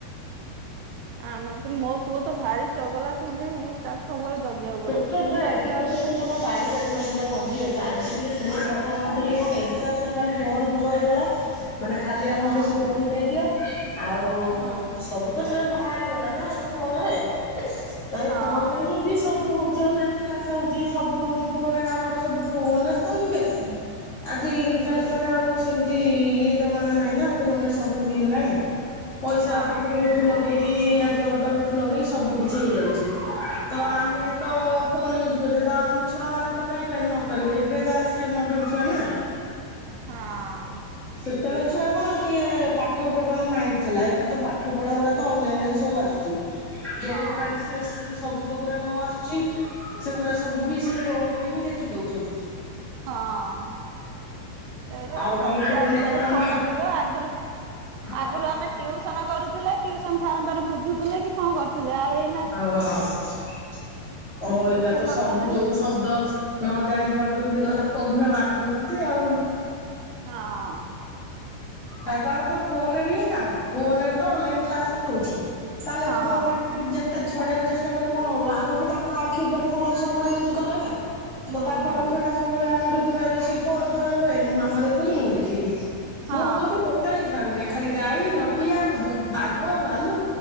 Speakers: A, on the right (about 80°); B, on the left (about 25°).
A: ଆମର ତ ମୋ ପୁଅ ତ ଭାରି ଚଗଲା ସେମତି-ଇ-ଇ-ଇ ତା ସବୁବେଳେ ଜଗିବାକୁ
B: ଛୋଟ
A: ପଡିବ। ସ୍କୁଲରୁୁ
B: ଛୁଆ ଏବେକା
A: ଆସିଲା ମାନେ
B: ଛୁଆକୁ
A: ତା
B: ତମେ ପାରି ପାରିବନି ତାକୁ ଯେ ଆଗେ ଟିକେ ଥେଲେ କଥା ମାନୁ ଥିଲେକି କଣ ଏବେକା ଛୁଆ ଖାଲି ଫୋନ୍ ଯୁଗ ହେଇଗଲା। ମାନେ ଖାଲି ଆମକୁ
A: ହଁ
B: କେମିତି ଫୋନ୍ ଦେଇଦିଅ ଆଉ-ଉ-ଉ-ଉ
A: ହଁ
B: ସବୁ ଟୋଟାଲି ବାହାରି ଗଲା ନା ଫୋନ ରେ ତା ପରେ
A: ହଁ
B: ଫୋନ ରେ ହିଁ ବି ସବୁ ହଉଛି ଅନଲାଇନ କ୍ଲାସ ହଉଛି ସବୁ ହଉଛି ଫୋନରେ ଆମର ସବୁ ଫୋନରେ ତ ହିଁ ବେଶୀ। ଆଜି କାଲି
A: ହୁଁ
B: ମାନେ ଆଉ ସେମିତି-ଇ-ଇ ଇଏ ଜମାନା ନାହିଁ ନା ଫୋନରେ ସବୁ ଇଏ ହେଲାଣି। ପଇସା
A: ହଁ
B: ପତ୍ରଠୁ ଲଗେଇକି-ଇ-ଇ ଆଜି ଅର୍ଡରଠୁ ଲଗେଇକି ସବୁ କିଛି ହେଇଯାଉଛି। ତ
A: ହଁ
B: ଆମ ତ ଫୋନ ୟୁଜ୍ କରୁଛେ ତ ଆମ ଛୁଆ ମାନେ ତ କାଇଁ କାଇ ନ କରିବେ ଏବେ କା ସେ ମର୍ଡନ ଛୁଆ ନା।
A: ହଁ ଆଁ।
B: ସେତେବେଳେ ଛୁଆ କଣ ଟିକେ ପାଠ ଉପରେ ତାଙ୍କ ମାଇଣ୍ଡ ଥିଲା ଏବେ ତ ପାଠ ପଢା ଗୁରା ତ ଅନଲାଇନ ରେ ସବୁ ଆସୁଛି ଯଉ
A: ହଁ
B: ଟ୍ରାନ୍ସଲେସନ ସବୁ ଯଉ ଗୁରା ନ ଆସୁ ଛି ସେଗୁରା ସବୁ ବି ସେ ଫୋନ ରେ ହିଁ ଦେଖି ଦଉଛନ୍ତି।
A: ହଁ ଅଁ ସେଇଵା
B: ଆଉ
A: ସବୁ
B: ତାହେଲେ ଫୋନ
A: ତ ଆଜିିକାଲି
B: ତମେ
A: ଫୋନ ଯୁଗ ଆଗରୁ
B: ହଁ।
A: ଆଗରୁ ଆମେ ଟିଉସନ କରୁଥିଲେ ଟିଉସନ ସାର ଙ୍କ ପାଖରୁ ବୁଝୁଥିଲେ କି କଣ କରୁଥିଲେ ଆଉ ଏଇ
B: ହଁ ଅଁ ଅଇକା
A: ଟିଉସନ
B: ତ
A: ନଗଲେ
B: ସବୁ ଯୋଉ ଶବ୍ଦ ନ ଜାଣି ପାରୁଛନ୍ତି ଗଲା ଫୋନ୍ ରେ ମାରି ଦଉଛନ୍ତି ଆଉ।
A: ହଁ ଅଁ।
B: ତାଙ୍କର ତ ଫୋନରେ ହିଁ କାମ ଫୋନରେ ତ ଅନଲାଇନ କ୍ଲାସ ରହୁଛି। ତା ହେଲେ
A: ହଁ
B: ଫୋନ ଯେ ତେ ଛଡେଆକୁ ଚେଷ୍ଟା କଲେ କଣ ହବ ଆମେ ବି ତାଙ୍କ ଆଖି ଉପରେ ଫୋନ ସବୁବେଳେ ୟୁଜ୍ କଲେ ନା।
A: ହୁଁ
B: ତ ତାଙ୍କ
A: ହୁଁ
B: ଲକ୍ଷ୍ୟ ଟା ସବୁବେଳେ ଆମର ଉପେରେ ସେ ଫୋନ ଉପରେ ହୁଏ ଏ ମୋ ମାମା ଦେଖୁଛି ମୁଁ ଦେଖିବି।
A: ହଁ
B: ମୋ ପୁଅ ତ ଟୋଟାଲୀ ଛାଡ଼ୁନାହିଁ ଖାଲି ଗାଈ ନଟିଆ ବୁ-ଉ-ଉ ବାଘ ଘ ଭାଲୁ